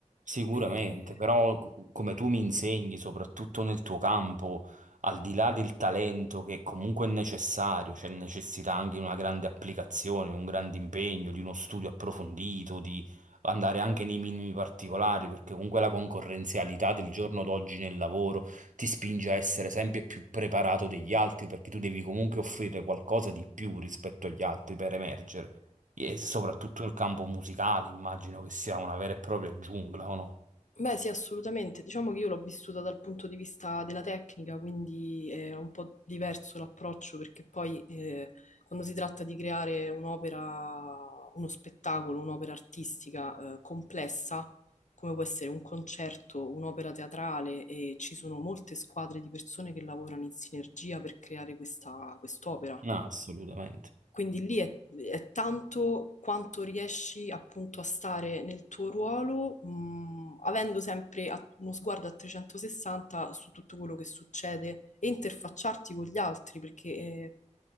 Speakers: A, on the right; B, on the left.
A: Sicuramente,
B: Eh,
A: però c- come tu mi insegni, soprattutto nel tuo campo, al di là del talento che comunque è necessario, c'è necessità anche di una grande applicazione, un grande impegno, di uno studio approfondito, di andare anche nei minimi particolari, perché comunque la concorrenzialità del giorno d'oggi nel lavoro ti spinge a essere sempre più preparato degli altri, perché tu devi comunque offrire qualcosa di più rispetto agli altri per emergere. E soprattutto il campo musicale, immagino che sia una vera e propria giungla, o no?
B: Beh, sì, assolutamente. Diciamo che io l'ho vissuta dal punto di vista della tecnica, quindi è un po' diverso l'approccio perché poi eh, quando si tratta di creare un'opera, uno spettacolo, un'opera artistica eh, complessa, come può essere un concerto, un'opera teatrale, e ci sono molte squadre di persone che lavorano in sinergia per creare questa quest'opera.
A: No, assolutamente.
B: Quindi lì è, è tanto quanto riesci appunto a stare nel tuo ruolo, mh, avendo sempre a- uno sguardo a 360 su tutto quello che succede e interfacciarti con gli altri, perché